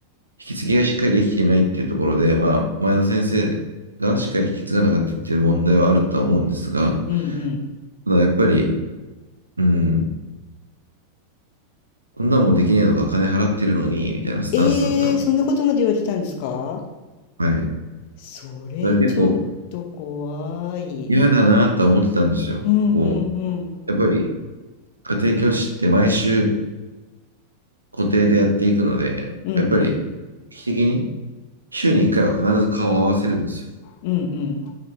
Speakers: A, on the right; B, on the left.
A: 引き継ぎがしっかりできていないっていうところで、まあ、前の先生がしっかり引き継がなかったっていう問題はあるとは思うんですが、
B: うん、うん。
A: ただやっぱり、うん、こんなもんできねえのか、金払ってるのに、みたいなスタンスだったの。
B: えーそんなことまで言われたんですか
A: はい。だか
B: それ、
A: ら結構
B: ちょっと怖い。
A: 嫌だなとは思ってたんですよ。
B: うん、うん、う
A: こう、
B: ん、
A: やっぱり家庭教師って毎週固定でやっていくので、
B: うん、うん、
A: やっぱり、定期的に週に1回は必ず顔を合わせるんですよ。
B: うん、うん、